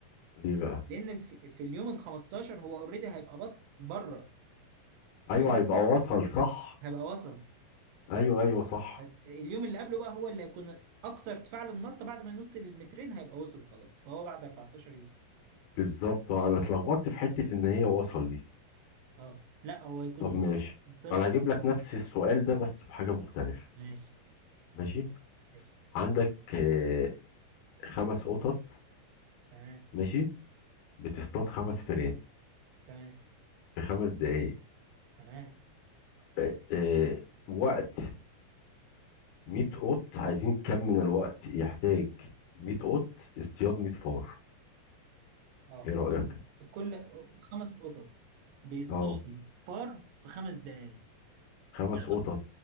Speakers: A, on the left; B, on the right.
A: ليه بقى
B: لأن في, في اليوم ال 15 هو اوريدي هيبقى بط بره فاهمني؟
A: ايوه هيبقى وصل صح
B: هيبقى وصل
A: ايوه ايوه صح
B: بس اليوم اللي قبله بقى هو اللي هيكون أكثر ارتفاع للنط بعد ما ينط المترين هيبقى وصل خلاص فهو بعد 14 يوم
A: بالظبط انا اتلخبطت
B: تمام.
A: في حته ان هي وصل دي
B: اه لا هو يكون
A: طب ماشي
B: طلع
A: انا هجيب لك نفس السؤال ده بس بحاجه مختلفه
B: ماشي
A: ماشي
B: ماشي
A: عندك آه، خمس قطط
B: تمام
A: ماشي بتصطاد خمس فئران
B: تمام
A: في خمس دقايق
B: تمام
A: آه، آه، وقت 100 قط عايزين كم من الوقت يحتاج 100 قط اصطياد 100 فار
B: اه
A: ايه رأيك
B: يعني كل خمس قطط بيصطادوا
A: اه
B: فار في خمس دقايق
A: خمس
B: يعني
A: قطط
B: مثلا